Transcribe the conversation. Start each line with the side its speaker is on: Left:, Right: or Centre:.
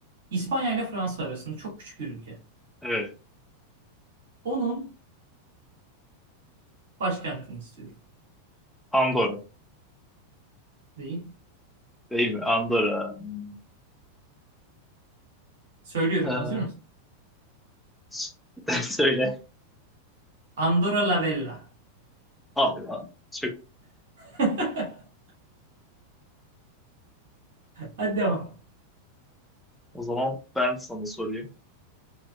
Right: İspanya ile Fransa arasında çok küçük bir ülke.
Centre: Evet.
Right: Onun başkentini istiyorum.
Centre: Andorra.
Right: Değil.
Centre: Değil mi? Andorra. Hmm.
Right: Söylüyorum.
Centre: Ee,
Right: Hazır mısın?
Centre: s- <laughs> söyle.
Right: Andorra la Vella.
Centre: Allah. Çok.
Right: <laughs> Hadi devam.
Centre: O zaman ben sana sorayım.